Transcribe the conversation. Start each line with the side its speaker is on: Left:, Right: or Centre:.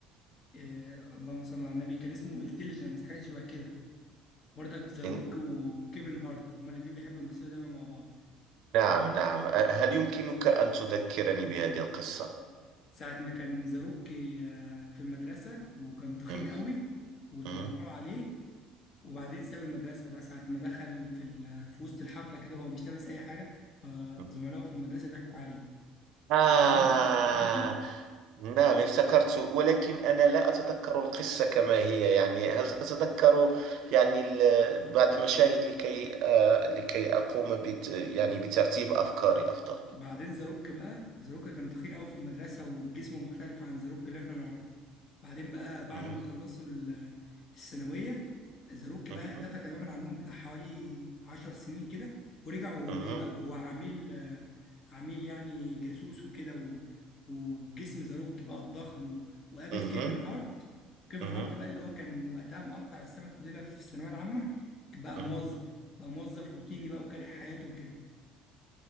Left: إيه اللهم صل على النبي كان اسمه انتليجنس حاجه شبه كده برضك ذا روك
Right: إن-
Left: وكيفن هارت هما الاتنين بيحبوا يمثلوا دايما مع بعض
Right: نعم نعم هل يمكنك أن تذكرني بهذه القصة؟
Left: ساعه ما كان ذا روك آه، في المدرسه وكان تخين
Right: مم،
Left: قوي واتنمروا
Right: مم،
Left: عليه وبعدين ساب المدرسه بقى ساعه ما دخل في ال- في وسط الحفله كده وهو مش لابس اي حاجه فزملائه
Right: مم.
Left: في المدرسه ضحكوا عليه
Right: آه
Left: وبعدين افتكرته
Right: نعم افتكرت ولكن أنا لا أتذكر القصة كما هي يعني هل تتذكر يعني ال- بعض المشاهد لكي آه لكي أقوم بت يعني بترتيب أفكاري أفضل
Left: بعدين زاروك بقى زاروك كان تخين قوي في المدرسه وجسمه مختلف عن زاروك اللي احنا نعرفه بعدين بقى بعد
Right: مهم،
Left: ما خلصوا ال- الثانويه زاروك
Right: مهم،
Left: بقى اختفى تماما عنهم بتاع حوالي 10 سنين كده ورجع وهو
Right: مهم،
Left: ايه بقى وهو عميل آه، عميل يعني جاسوس وكده و- وبجسم زاروك بقى الضخم و- وقابل
Right: مهم،
Left: كيفن هارت وكيفن
Right: مهم،
Left: هارت بقى اللي هو كان وقتها مقطع السمك وديلها في الثانويه العامه بقى
Right: مهم.
Left: موظف بقى موظف روتيني بقى وكاره حياته وكده